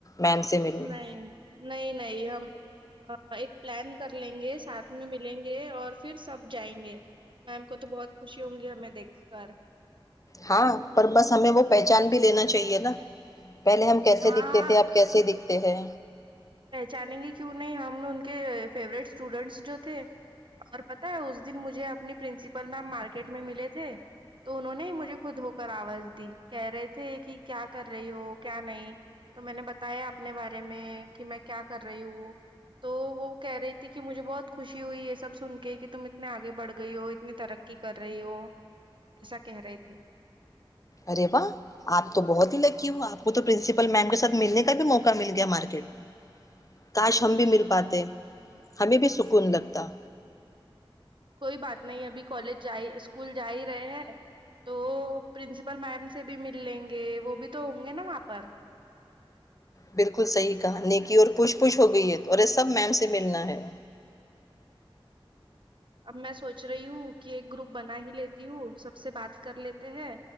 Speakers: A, on the left (about 35°); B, on the right (about 60°).
A: میم سے ملنے
B: نہیں نہیں نہیں ہم ایک پلان کر لیں گے ساتھ میں ملیں گے اور پھر سب جائیں گے میم کو تو بہت خوشی ہوں گی ہمیں دیکھ کر
A: ہاں پر بس ہمیں وہ پہچان بھی لینا چاہیے نا پہلے ہم کیس
B: ہاں
A: دکھتے
B: ہاں
A: تھے ا کیس دکھ ہے
B: پہچانیں گے کیوں نہیں ہم ان کے فیورورٹ اسٹوڈینٹس جو تھے اور پتا ہے اس دن مجھے اپنی پرنسپل میم مارکیٹ میں ملے تھے تو انہوں نے ہی مجھے خود ہو کر آواز دی کہہ رہے تھے کہ کیا کر رہی ہو کیا نہیں تو میں نے بتایا اپنے بارے میں کہ میں کیا کر رہی ہوں تو وہ کہہ رہی تھی کہ مجھے بہت خوشی ہوئی یہ سب سن کے کہ تم اتنے آگے بڑھ گئی ہو اتنی ترقی کر رہی ہو ایسا کہہ رہے تھے
A: ارے واہ آپ تو بہت ہی لکی ہ آپ کو تو پرنسپل میم کے ساتھ ملنے کا بھی موقع مل گیا مارکیٹ میں کاش ہم بھی مل پاتے ہمیں بھی سکون لگتا
B: کوئی بات نہیں ابھی کالج ج اسکول جا ہی رہے ہیں تو پرنسپل میم سے بھی مل لیں گے وہ بھی تو ہوں گے نا وہاں پر
A: بالکل صحیح کہانی کی اور پوچھ پوچھ ہو گئی ہے تو اور یہ سب میم سے ملنا ہے
B: اب میں سوچ رہی ہوں کہ ایک گروپ بنا ہی لیتی ہوں سب سے بات کر لیتے ہے